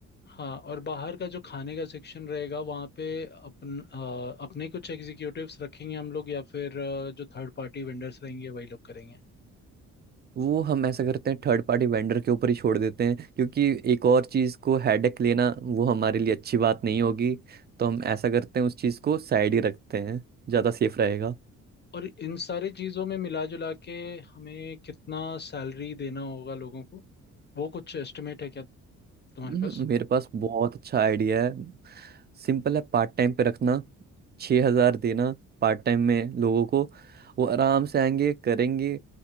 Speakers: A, on the left; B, on the right.
A: हाँ और बाहर का जो खाने का सेक्शन रहेगा वहाँ पे अपन अ, अपने कुछ एग्जीक्यूटिव्स रखेंगे हम लोग या फिर अ, जो थर्ड पार्टी वेंडर्स रहेंगे वही लोग करेंगे
B: वो हम ऐसा करते हैं थर्ड पार्टी वेंडर के ऊपर ही छोड़ देते हैं क्योंकि एक और चीज़ को हेडेक लेना वो हमारे लिए अच्छी बात नहीं होगी तो हम ऐसा करते हैं उस चीज़ को साइड ही रखते हैं ज़्यादा सेफ रहेगा
A: और इन सारी चीज़ों में मिला जुला के हमें कितना सैलरी देना होगा लोगों को वो कुछ एस्टिमेट है क्या तुम्हारे
B: हम्म,
A: पास
B: मेरे पास बहुत अच्छा आइडिया है सिंपल है पार्ट टाइम पे रखना छः हजार देना पार्ट टाइम में लोगों को वो आराम से आएंगे करेंगे